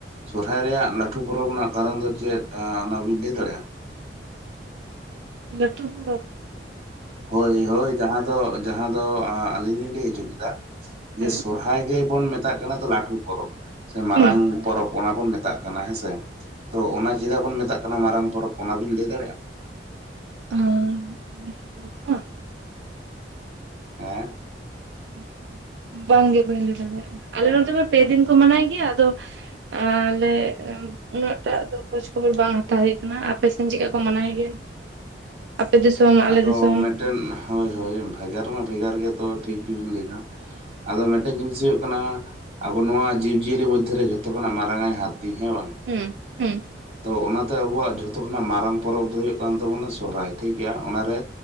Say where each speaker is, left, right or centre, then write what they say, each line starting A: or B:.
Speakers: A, on the right; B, on the right.
A: ᱥᱚᱦᱨᱟᱭ ᱨᱮᱭᱟᱜ ᱞᱟᱹᱴᱩ ᱯᱚᱨᱚᱵᱽ ᱨᱮᱱᱟᱜ ᱠᱟᱨᱚᱱ ᱫᱚ ᱪᱮᱫ ᱚᱱᱟ ᱵᱤᱱ ᱞᱟᱹᱭ ᱫᱟᱲᱮᱭᱟᱜᱼᱟ
B: ᱞᱟᱹᱴᱩ ᱯᱩᱨᱚᱵ
A: ᱦᱳᱭ ᱦᱳᱭ ᱡᱟᱦᱟᱸ ᱫᱚ ᱡᱟᱦᱟᱸ ᱫᱚ ᱟᱹᱞᱤᱧ ᱞᱤᱧ ᱞᱟᱹᱭ ᱦᱚᱪᱚ ᱠᱮᱫᱟ ᱡᱮ
B: ᱦᱮᱸ
A: ᱥᱚᱨᱦᱟᱭ ᱜᱮᱵᱚᱱ ᱢᱮᱛᱟᱜ ᱠᱟᱱᱟ ᱞᱟᱹᱴᱩ ᱯᱚᱨᱚᱵᱽ ᱥᱮ ᱢᱟᱨᱟᱝ
B: ᱦᱩᱸ
A: ᱯᱚᱨᱚᱵᱽ ᱚᱱᱟ ᱵᱚᱱ ᱢᱮᱛᱟᱜ ᱠᱟᱱᱟ ᱦᱮᱸᱥᱮ ᱛᱚ ᱚᱱᱟ ᱪᱮᱫᱟᱜ ᱵᱚᱱ ᱢᱮᱛᱟᱜ ᱠᱟᱱᱟ ᱢᱟᱨᱟᱝ ᱯᱚᱨᱚᱵᱽ ᱚᱱᱟ ᱵᱤᱱ ᱞᱟᱹᱭ ᱫᱟᱲᱮᱭᱟᱜᱼᱟ
B: <unintelligible>
A: ᱦᱮᱸ
B: <unintelligible> ᱵᱟᱝᱜᱮ ᱵᱟᱹᱧ ᱞᱟᱹᱭ ᱫᱟᱲᱮᱭᱟᱜᱼᱟ ᱟᱞᱮ ᱱᱚᱛᱮ ᱢᱟ ᱯᱮᱫᱤᱱ ᱠᱚ ᱢᱟᱱᱟᱭ ᱜᱮᱭᱟ ᱟᱫᱚ ᱟᱞᱮ ᱩᱱᱟᱹᱜᱴᱟᱜ ᱫᱚ ᱠᱷᱚᱡᱽ ᱠᱷᱚᱵᱚᱨ ᱵᱟᱝ ᱦᱟᱛᱟᱣ ᱦᱩᱭ ᱟᱠᱟᱱᱟ ᱟᱯᱮ ᱥᱮᱱ ᱪᱮᱫᱠᱟ ᱠᱚ ᱢᱟᱱᱟᱣ ᱜᱮᱭᱟ ᱟᱯᱮ ᱫᱤᱥᱚᱢ ᱟᱞᱮ
A: ᱟᱫᱚ
B: ᱫᱤᱥᱚᱢ
A: ᱢᱤᱫᱴᱮᱱ ᱦᱳᱭ ᱦᱳᱭ ᱵᱷᱮᱜᱟᱨᱢᱟ ᱵᱷᱮᱜᱟᱨ ᱜᱮᱛᱚ ᱴᱷᱤᱠ ᱜᱮᱵᱤᱱ ᱞᱟᱹᱭ ᱮᱫᱟ ᱟᱫᱚ ᱢᱤᱫᱴᱮᱱ ᱡᱤᱱᱤᱥ ᱦᱩᱭᱩᱜ ᱠᱟᱱᱟ ᱟᱵᱚ ᱱᱚᱣᱟ ᱡᱤᱵᱡᱤᱭᱟᱹᱞᱤ ᱢᱚᱫᱽᱫᱷᱮᱨᱮ ᱡᱷᱚᱛᱚ ᱠᱷᱚᱱᱟᱜ ᱢᱟᱨᱟᱝ ᱟᱭ ᱦᱟᱹᱛᱤ ᱦᱮᱸ ᱵᱟᱝ
B: ᱦᱩᱸ ᱦᱩᱸ
A: ᱛᱚ ᱚᱱᱟᱛᱮ ᱟᱵᱚᱣᱟᱜ ᱡᱷᱚᱛᱚ ᱠᱷᱚᱱᱟᱜ ᱢᱟᱨᱟᱝ ᱯᱚᱨᱚᱵᱽ ᱫᱚ ᱦᱩᱭᱩᱜ ᱠᱟᱱ ᱛᱟᱵᱚᱱᱟ ᱥᱚᱦᱨᱟᱭ ᱴᱷᱤᱠᱜᱮᱭᱟ ᱚᱱᱟᱨᱮ